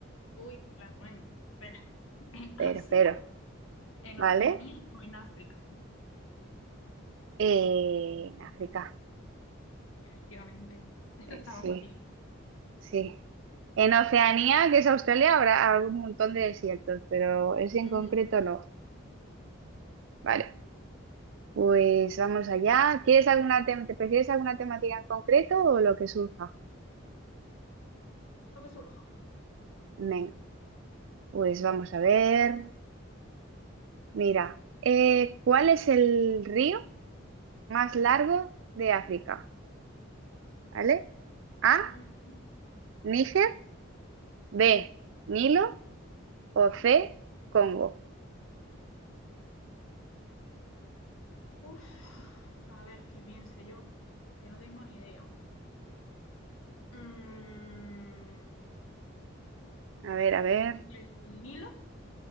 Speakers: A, on the left (about 80°); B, on the right (about 65°).
A: Uy, claro, bueno, espera. <laughs> ¿En
B: pero,
A: Asia,
B: pero,
A: en
B: ¿vale?
A: Oceanía o en África?
B: Eh, en África,
A: Efectivamente. Esto
B: eh,
A: estaba
B: sí,
A: facilita.
B: sí. En Oceanía, que es Australia, habrá algún montón de desiertos, pero ese en
A: Ujú.
B: concreto no. Vale, pues vamos allá. ¿Quieres alguna tem- te prefieres alguna temática en concreto o lo que surja?
A: Lo que surja.
B: Venga, pues vamos a ver. Mira, eh, ¿cuál es el río más largo de África? ¿Vale? A,
A: Ujú.
B: Níger. B, Nilo o C, Congo.
A: Uf, a ver qué piense yo, que no tengo ni idea. Mm,
B: A ver, a ver.
A: ¿el Nilo?